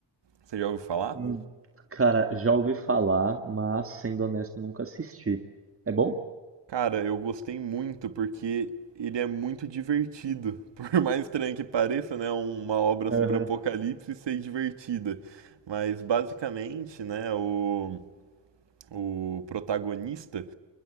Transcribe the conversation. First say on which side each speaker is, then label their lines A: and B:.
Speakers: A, on the right; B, on the right.
A: Você já ouviu falar?
B: Hum, Cara, já ouvi falar, mas sendo honesto, nunca assisti. É bom?
A: Cara, eu gostei muito porque ele é muito divertido. <laughs> Por mais estranho que pareça, né, uma obra
B: Aham,
A: sobre apocalipse ser divertida. Mas basicamente, né, o, o protagonista,